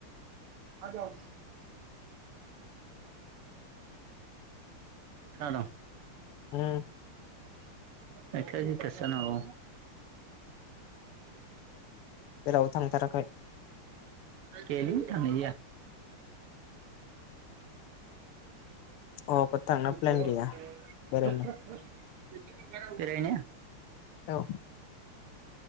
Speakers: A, on the right; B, on the left.
A: आ जाव। खोनादों।
B: उम
A: खथ <inaudible> एगथा दुयथासो जानो हागौ।
B: जेरावबो थांथाराखै।
A: गैयालै थांनाय
B: अबावबो थांनो
A: जायाखै।
B: प्लेन गैया बेरायनो
A: <unintelligible> बेरायनो?
B: औ